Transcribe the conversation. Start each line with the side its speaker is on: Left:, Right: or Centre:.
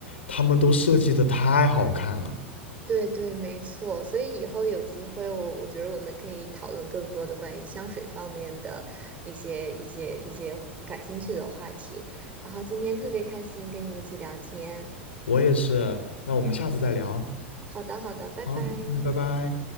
Left: 他们都设计的太好看了。
Right: 对对，没错。所以以后有机会我，我觉得我们可以讨论更多的关于香水方面的一些、一些、一些感兴趣的话题。然后今天特别开心跟你一起聊天。
Left: 我也是，那我们下次再聊。
Right: 好的，好的，拜拜。
Left: 好，嗯，拜拜。